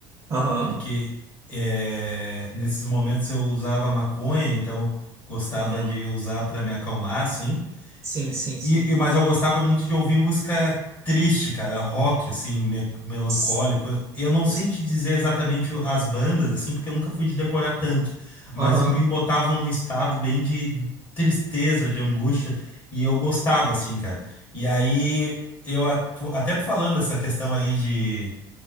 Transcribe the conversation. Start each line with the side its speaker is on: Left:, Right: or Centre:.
Right: Aham.
Left: porque é, nesses momentos eu usava maconha, então gostava
Right: aham.
Left: de usar para me acalmar, assim.
Right: Sim, sim, sim.
Left: E, e- mas eu gostava muito de ouvir música triste, cara, rock, assim, me- melancólico.
Right: S-
Left: Eu não sei
Right: Sim.
Left: te dizer exatamente o- as bandas, assim, porque eu nunca fui de decorar tanto, mas
Right: Aham.
Left: me botavam num estado bem de tristeza, de angústia, e eu gostava, assim, cara. E aí, eu atu- até tu falando essa questão aí de,